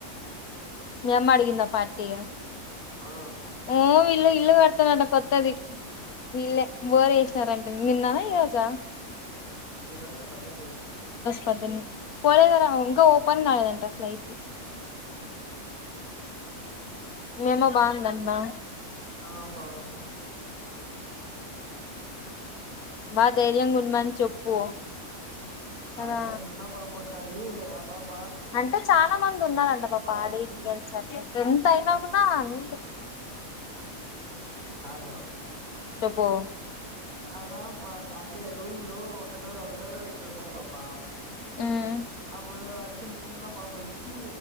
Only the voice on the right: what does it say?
ఆ
ఈ రోజు పద్దన్నే ఏసినాం
ఆ బాగుంది
ఆడ చిన్న పాపోన్ని టది ఆ పాప్
ఆంటీ
కాదు
ఆడా మా అంటే రూమ్లు ఒక డోర్ ఒక డోర్ ఇటు ఉంటాయి పాప్ప
అవుడు అది చిన్న బాబు వచ్చి